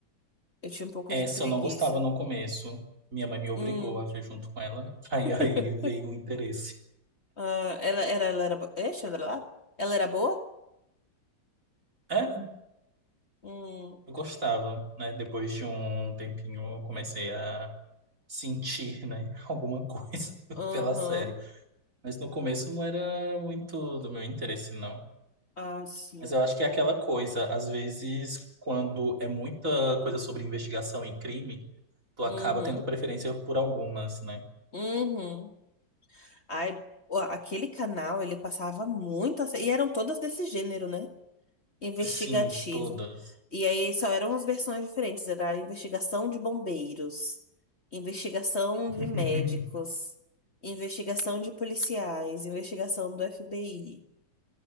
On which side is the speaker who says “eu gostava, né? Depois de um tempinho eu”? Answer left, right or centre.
Right